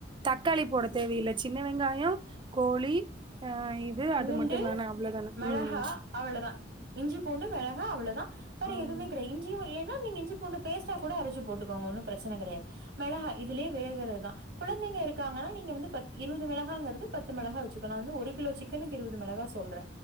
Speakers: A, on the right; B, on the right.
A: தக்காளி போட தேவயில்ல சின்ன வெங்காயோ கோழி ஆ இது
B: பூண்டு
A: அது மட்டுந்தான அவ்ளோதான
B: மெளஹா
A: ம்
B: அவ்வளதா இஞ்சி பூண்டு மெளஹா அவ்வளதா பற
A: ம்
B: எதுமே கட இஞ்சியுமே இல்லேனா நீங்க இஞ்சி பூண்டு பேஸ்டா கூட அரச்சு போட்டுக்கோங்க ஒன்னு ப்ரெச்சன கடையாது மெளஹா இதுலே‌ வேகறதுதா கொழந்தைங்க இருக்காங்கன்னா நீங்க வந்து பத் இருவது மெளஹாங்கிறது பத்து மெளஹா வெச்சுக்கனு நா வந்து ஒரு கிலோ சிக்கனுக்கு இருவது மெளஹா சொல்ற